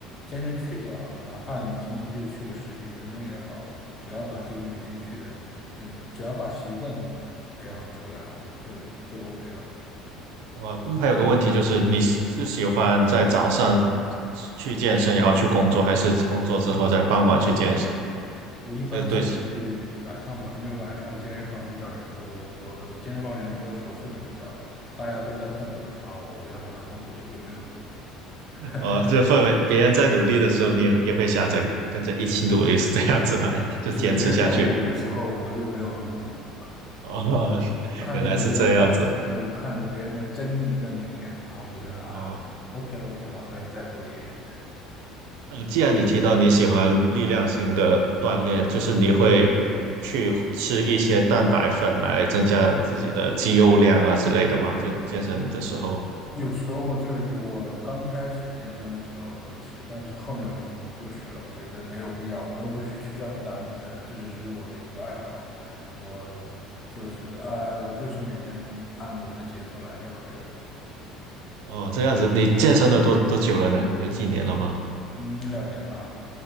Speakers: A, on the left; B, on the right.
A: 坚持去就好了。哪怕你今天就去个十几分钟也好，只要把这个每天去的，就只要把习惯培养出来了，你就就 OK 了。
B: 哦，还有个问题就是，你是喜欢在早上去健身，然后去工作，还是工作之后在傍晚去健身？
A: 我一般喜欢去晚上吧，
B: 这个对，
A: 因为晚上健身房比较人多，我健身房人多的时候氛围比较好，大家都在痛苦的时候，我觉得我的痛苦也就没有那么痛
B: 哦，
A: 苦，
B: 这个氛围，别人在努力的时候，你也也会想着跟着一起努力，是这样子吗？
A: <laughs>
B: <laughs> 就坚持下去。
A: 是别人痛苦的时候，我就没有那么痛苦了。
B: 哦，<laughs>
A: 我看着别人拉，
B: 原来是这样子。
A: 对，我看着别人那狰狞的脸脸庞，我就觉得啊
B: 哦，
A: ，OK OK，我可以再做一点。
B: 那既然你提到你喜欢力量型的锻炼，就是你会去吃一些蛋白粉来增加自己的肌肉量啊之类的吗？就健身的时候。
A: <laughs> 嗯，有时候就是我刚开始健身的时候会吃，但是后面我就不不吃了，我觉得没有必要，我又不是去专门打比赛的，这只是我的一个爱好，我就是呃，我就是每天按我的节奏来就可以了。
B: 哦，这样子，你健身了多多久了呢？有几年了吗？
A: 嗯，两年吧。